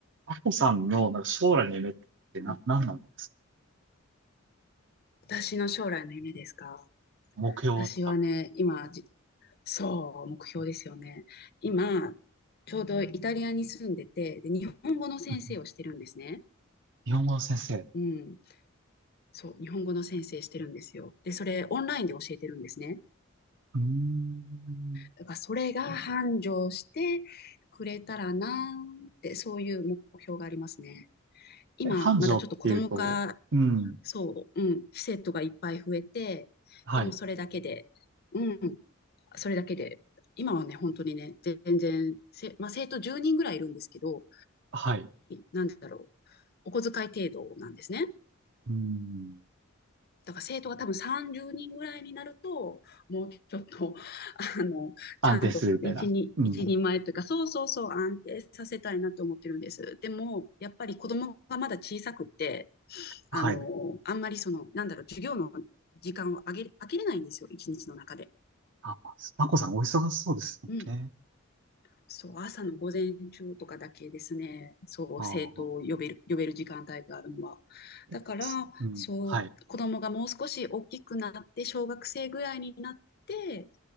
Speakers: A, on the right; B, on the left.
A: アコさんのなんか将来の夢ってな、
B: うん
A: 何なんですか
B: 私の将来の夢ですか
A: 目標とか。
B: 私はね、今、じそう、目標ですよね。今、ちょうどイタリアに住んでて、で、日本語の先生をしてるんですね。
A: うん日本語の先生。
B: うん。そう、日本語の先生してるんですよ。で、それ、オンラインで教えてるんですね。
A: うーん。
B: だから、それが繁盛してくれたらなーって、そういう目標がありますね。今、
A: え繁盛っていうと、
B: まだちょっと子供が
A: うん。
B: そう、うん、生徒がいっぱい増えて、
A: はい。
B: でもそれだけで、うん、それだけで、今はね、本当にね、全然、せまあ、生徒10人ぐらいいるんですけど、
A: はい。
B: なんだろう、お小遣い程度なんですね。
A: うん。
B: だから生徒が多分30人ぐらいになると、もうちょっと、あの、
A: 安定するみたいな。
B: ちゃんと一人、
A: うん。
B: 一人前というか、そうそうそう安定させたいなと思ってるんです。でも、やっぱり子供がまだ小さくって、
A: はい。
B: あの、あんまりその、なんだろう、授業の時間をあげ、あげれないんですよ、一日の中で。
A: あ、アさんお忙しそうですね。
B: うん。そう、朝の午前中とかだけですね、そう、
A: ああ。
B: 生徒を呼べる、呼べる時間帯があるのは。
A: え、
B: だから、
A: すうん。
B: そう、
A: はい。
B: 子供がもう少し大きくなって、小学生ぐらいになって、